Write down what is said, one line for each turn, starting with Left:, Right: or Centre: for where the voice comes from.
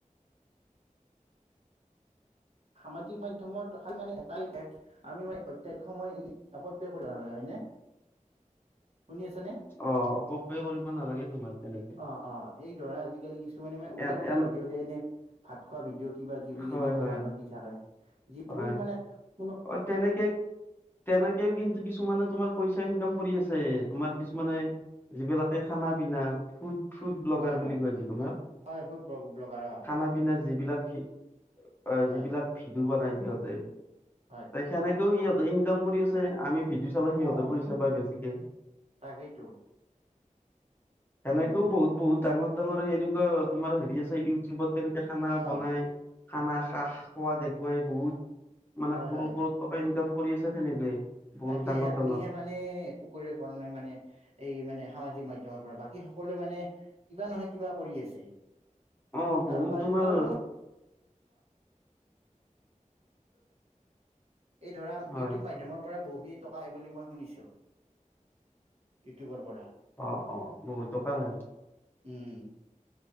Right: সামাজিক মাধ্যমত খালি মানে এটাই বেয়া কি? আমি মানে অত্যাধিক সময় এনে অপব্য কৰিব নালাগে হয় নে? শুনি আছা নে?
Left: অ' অপব্যয় কৰিব নালাগে তোমাৰ তেনেকে।
Right: অঁ অঁ, এই ধৰা আজিকালি কিছুমানে মানে উল্টা
Left: এ
Right: পুল্টা
Left: এনে
Right: ভিডিঅ' দেই এনে- ভাত খোৱা ভিডিঅ কিবা কিবি
Left: হয়
Right: এনেকুৱা
Left: হয়
Right: ধৰণৰ দি থাকে। যিবোৰ
Left: হয়
Right: মানে কোনো-
Left: অ' তেনেকে, তেনেকেও কিন্তু কিছুমানে তোমাৰ পইচা ইনকাম কৰি আছে। তোমাৰ কিছুমানে যিবিলাতে খানা পিনা ফুট- ফট ব্লগাৰ
Right: হয়,
Left: বুলি
Right: হয়,
Left: কয় তোমাৰ
Right: হয়, ফুড ব্লগাৰ অ',
Left: খানা- পিনা যিবিলা ভি অ
Right: হয়,
Left: যিবিলাক ভিডিঅ বনাই সিহঁতে-
Right: হয়।
Left: সেনেকেও সিহঁতে ইনকাম কৰি আছে আমি ভিক্ষা- ভিউজ হলে
Right: অ',
Left: সিহঁতে পইছা পায় বেছিকে।
Right: তাকেইতো উম,
Left: সেনেকেও
Right: উম,
Left: বহুত বহুত ডাঙৰ ডাঙৰ সেনেকোৱা তোমাৰ হেৰি আছে ইউটিউবত তেনেকে খানা
Right: অ',
Left: বনায়- খানা খাহ খোৱা দেখুৱাই বহুত। মানে
Right: হয়,
Left: কৰোৰ
Right: হয়,
Left: কৰোৰ টকা ইনকাম কৰি আছে তেনেকে। বহুত
Right: তাকেহে,
Left: ডাঙৰ
Right: আমিহে
Left: ডাঙৰ
Right: মান- নে একো কৰিব পৰা নাই মানে এই মানে সামাজিক মাধ্যমৰ পৰা বাকী সকলোৱে মানে- কিবা নহয় কিবা কৰি আছে,
Left: অ বহুত
Right: আৰু উপাৰ্
Left: তোমাৰ
Right: উপাৰ্জনো- এই ধৰা
Left: হয়
Right: ইউটিউব মাধ্যমৰ পৰা বহি- টকা পাই বুলি মই শুনিছো, ইউটিউবৰ পৰা।
Left: অঁ অঁ, বহুত টকা আহে।
Right: উম'